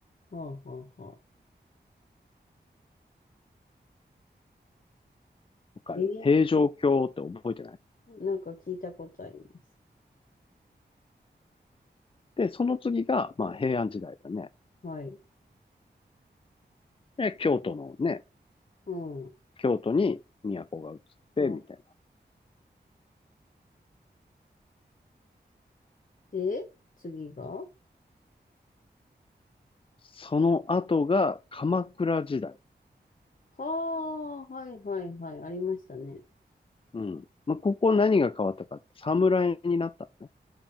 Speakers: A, on the left (about 50°); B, on the left (about 30°).
A: はあはあはあ。
B: わかる平城京って覚えてない
A: ええなんか聞いたことあります。
B: で、その次が、まあ、平安時代だね。
A: はい。
B: で、京都のね、
A: うん。う
B: 京都に都が移って、
A: ん
B: みたいな。
A: で、次が
B: その後が鎌倉時代。
A: はあ、はいはいはい。ありましたね。
B: うん。まあ、ここ何が変わったかって、侍になったのね。